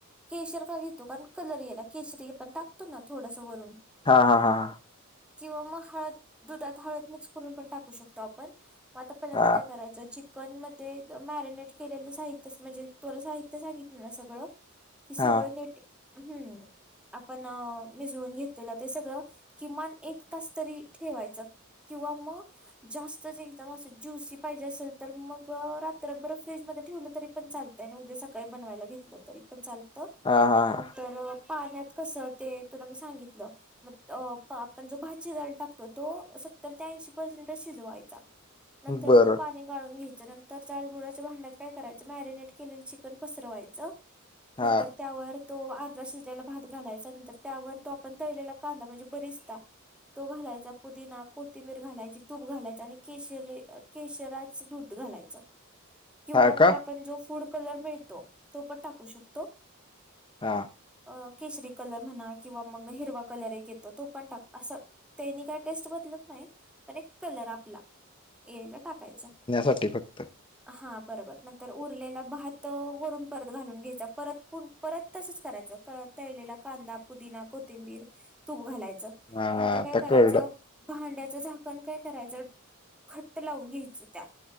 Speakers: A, in the centre; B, on the left.
A: केशर का घेतो कारण कलर याला केशरी पण टाकतो ना थोडस वरून
B: हा हा हा हा.
A: किंवा मग, हळद दुधात हळद मिक्स करून पण टाकू शकतो आपण. आता पहिल्यांदा
B: हां,
A: काय करायचं चिकन म ते मॅरिनेट केलेलं साहित्य म्हणजे तुला साहित्य सांगितलं ना सगळं. ते सगळं
B: हां,
A: नीट हम्म. आपण अ मिसळून घेतलेलं, ते सगळं किमान एक तास तरी ठेवायचं. किंवा मग जास्त एकदम अस ज्युसी पाहिजे असेल, तर मग रात्र बरं फ्रीज मध्ये ठेवलं तरी, पण चालतयं आणि उद्या सकाळी बनवायला घेतलं तरी. पण चालत
B: हां, हां,
A: नंतर पाण्यात कसं ते तुला मी सांगितलं. मग आपण जो भात शिजायला टाकतो, तो सत्तर ते ऐंशी पर्सेंटच शिजवायचा.
B: हां.
A: नंतर
B: बरं.
A: त्याचं पाणी गाळून घ्यायचं. नंतर जाडबुडाच्या भांड्यात काय करायचं, मॅरिनेट केलेलं चिकन पसरवायच
B: हां,
A: नंतर त्यावर तो अर्धा शिजलेला भात घालायचा नंतर त्यावर, तो आपण तळलेला कांदा म्हणजे बरीचदा तो घालायचा पुदीना कोथंबीर घालायची, तूप घालायचा आणि केशर -केशराच दूध घालायच किंवा,
B: हां
A: मग
B: का?
A: आपण जो फूड कलर मिळतो तो पण टाकू शकतो.
B: हा.
A: अ केशरी कलर म्हणा किंवा, मग हिरवा कलर एक येतो तो पण टाक असं त्यानी काय टेस्ट बदलत नाही, पण एक कलर आपला यायला टाकायचा.
B: साठी फक्त.
A: हा बरोबर नंतर उरलेला भात वरून परत घालून घ्यायचा परत पुन्हा परत तसच करायच तळलेला कांदा पुदिना कोथिंबीर तूप घालायचं.
B: हां,
A: नंतर
B: हां.
A: काय
B: आता
A: करायच?
B: कळलं.
A: भांड्याचं झाकण काय करायच, घट्ट लावून घ्यायच त्या